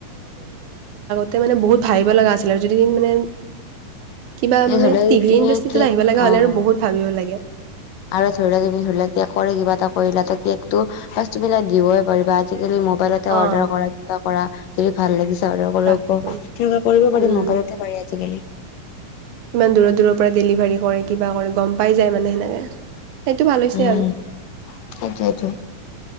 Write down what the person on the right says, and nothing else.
তাতে মানে বহুত ভাবিব লগা আছিলে আৰু যদি মানে কিবা
মানে
টিভি
ইনডাষ্ট্ৰিত
আহিব লগা হলে
আৰু বহুত ভাবিবও লাগে।
অ'
তাকেতো
উম
কিমান দূৰৰ দূৰৰ পৰা ডেলিভাৰী কৰে কিবা কৰে গম পাই যায় মানে সেনেকে। সেইটো ভাল হৈছে
আৰু